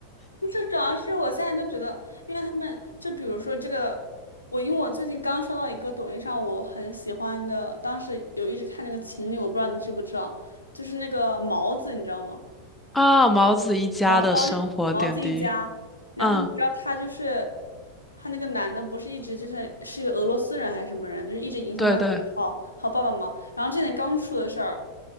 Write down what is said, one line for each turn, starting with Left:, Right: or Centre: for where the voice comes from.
Left: 就是主要是我现在就觉得，因为他们就比如说这个，我因为我最近刚刷到一个抖音上我很喜欢的，当时有一直看那个情侣，我不知道你知不知道，就是那个毛子，你知道吗？
Centre: 啊。毛子一家的生活点滴，
Left: 毛躁毛子一家，然后你知道他就是
Centre: 嗯，
Left: 他那个男的，不是一直就是是一个俄罗斯人还是什么人，就是一直影响他好好爸爸嘛。
Centre: 对对，
Left: 然后这点刚出的事儿，